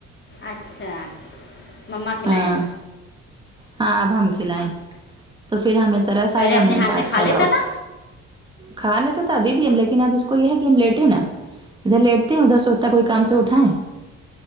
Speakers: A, on the left; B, on the right.
A: اچھا مما کھلاے
B: ہاں
A: اب
B: ہاں اب ہم کھلائیں تو پھر ہمیں طرس
A: پہلے
B: آیا
A: اپنے
B: ہم نے
A: ہاتھ
B: کہا
A: سے
B: اچھا
A: کھا لیتا
B: لاؤ
A: تھا
B: کھا لیتا تھا ابھی بھی ہم لیکن اب اس کو یہ ہے کہ ہم لیٹے نا ادھر لیٹتی ادھر سوچتا ہے کوئی کام سے اٹھاوں